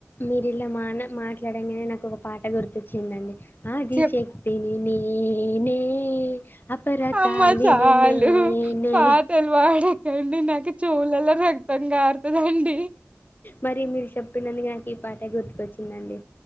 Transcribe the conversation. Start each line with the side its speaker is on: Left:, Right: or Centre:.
Left: మీరి ఇలా మాన మాట్లాడంగానే నాకు ఒక పాట గుర్తొచ్చిందండి ఆది
Right: చెప్
Left: శక్తినీ నేనే అపరకాలిని
Right: అమ్మ చాలు
Left: నేనే
Right: పాటలు పాడకండి నాకు చెవులలో రక్తం కారుతుందండి
Left: మరి మీరు చెప్పినందుకు నాకు ఈ పాట గుర్తుకొచ్చిందండి